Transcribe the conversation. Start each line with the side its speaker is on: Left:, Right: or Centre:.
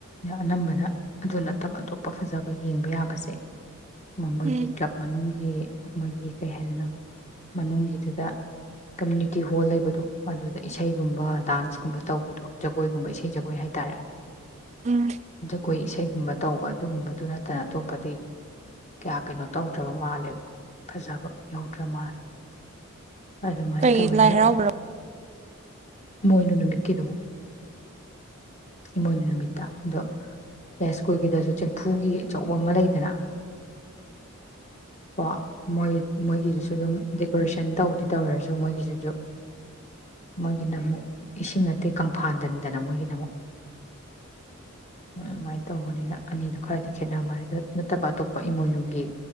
Left: ꯑꯅꯝꯕꯅ ꯑꯗꯨ ꯅꯠꯇꯕ ꯑꯇꯣꯞꯄ ꯐꯖꯕ ꯌꯦꯡꯕ ꯌꯥꯕꯁꯦ ꯑꯃ ꯃꯣꯏꯒꯤ
Right: ꯎꯝ
Left: ꯀ꯭ꯂꯕ ꯃꯅꯨꯡ ꯒꯤ ꯃꯣꯏꯒꯤ ꯀꯩ ꯍꯥꯏꯗꯅꯣ ꯃꯅꯨꯡꯒꯤꯗꯨꯗ ꯀꯝꯃꯨꯅꯤꯇꯤ ꯍꯣꯜ ꯂꯩꯕꯗꯣ ꯑꯗꯨꯗ ꯏꯁꯩꯒꯨꯝꯕ ꯗꯥꯟꯁ ꯀꯨꯝꯕ ꯇꯧꯕꯗꯣ ꯖꯒꯣꯏꯒꯨꯝꯕ ꯏꯁꯩ ꯖꯒꯣꯏ ꯍꯥꯏꯇꯥꯔꯦ
Right: ꯎꯝ
Left: ꯑꯩꯈꯣꯏ ꯏꯁꯩꯒꯨꯝꯕ ꯇꯧꯕ ꯑꯗꯨꯒꯨꯝꯕꯗꯨ ꯅꯠꯇꯅ ꯑꯇꯣꯞꯄꯗꯤ ꯀꯌꯥ ꯀꯩꯅꯣ ꯇꯧꯗ꯭ꯔꯕ ꯃꯥꯜꯂꯦꯕ ꯐꯖꯕ ꯌꯧꯗ꯭ꯔꯕ ꯃꯥꯜꯂꯦ ꯑꯗꯨꯃꯥꯏꯅ
Right: ꯀꯩ
Left: ꯇꯧꯋꯦꯗ
Right: ꯂꯥꯏ ꯍꯔꯥꯎꯕ꯭ꯔꯕ
Left: ꯃꯣꯏꯅꯃꯤ ꯃꯤꯠꯀꯤꯗꯣ ꯏꯃꯣꯏꯅꯨ ꯅꯨꯃꯤꯠꯇ ꯑꯗꯣ ꯌꯥꯏꯁ꯭ꯀꯨꯜꯒꯤꯗꯁꯨ ꯐꯨꯒꯤ ꯑꯆꯧꯕ ꯑꯃ ꯂꯩꯗꯅ ꯀꯣ ꯃꯣꯏ ꯃꯣꯏꯒꯤꯗꯨꯁꯨ ꯑꯗꯨꯝ ꯗꯦꯀꯣꯔꯦꯁꯟ ꯇꯧꯗꯤ ꯇꯧꯔꯔꯁꯨ ꯃꯣꯏꯒꯤꯁꯤꯁꯨ ꯃꯣꯏꯒꯤꯅ ꯑꯃꯨꯛ ꯏꯁꯤꯡ ꯅꯠꯇꯦ ꯀꯪꯐꯥꯜꯗꯟꯗꯅ ꯃꯣꯏꯒꯤꯗꯃꯛ ꯑꯗꯨꯃꯥꯏ ꯇꯧꯕꯅꯤꯅ ꯑꯅꯤꯗꯣ ꯈꯔꯗꯤ ꯈꯦꯠꯅꯃꯗ ꯅꯠꯇꯕ ꯑꯇꯣꯞꯄ ꯏꯃꯣꯏꯅꯨꯒꯤ